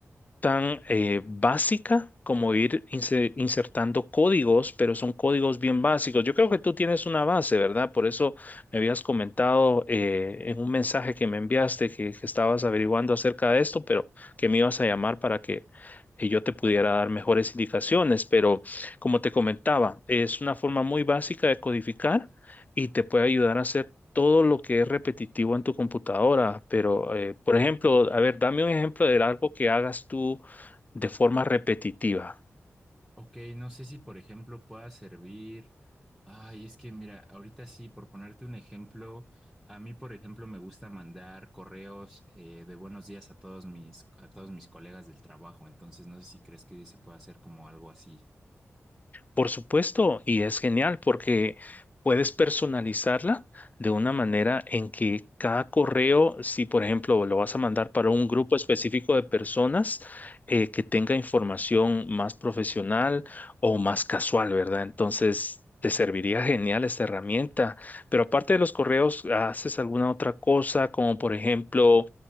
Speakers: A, on the left; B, in the centre.
A: tan eh, básica como ir inse- insertando códigos, pero son códigos bien básicos. Yo creo que tú tienes una base, ¿verdad? Por eso me habías comentado eh, en un mensaje que me enviaste que, que estabas averiguando acerca de esto, pero que me ibas a llamar para que eh, yo te pudiera dar mejores indicaciones. Pero como te comentaba, es una forma muy básica de codificar. Y te puede ayudar a hacer todo lo que es repetitivo en tu computadora, pero, eh, por ejemplo, a ver, dame un ejemplo de algo que hagas tú de forma repetitiva.
B: Ok, no sé si por ejemplo pueda servir. Ay, es que mira, ahorita sí, por ponerte un ejemplo, a mí por ejemplo me gusta mandar correos eh, de buenos días a todos mis a todos mis colegas del trabajo, entonces no sé si crees que se pueda hacer como algo así.
A: Por supuesto, y es genial porque puedes personalizarla de una manera en que cada correo, si por ejemplo lo vas a mandar para un grupo específico de personas eh, que tenga información más profesional o más casual, ¿verdad? Entonces... Te serviría genial esta herramienta, pero aparte de los correos, ¿haces alguna otra cosa? Como por ejemplo,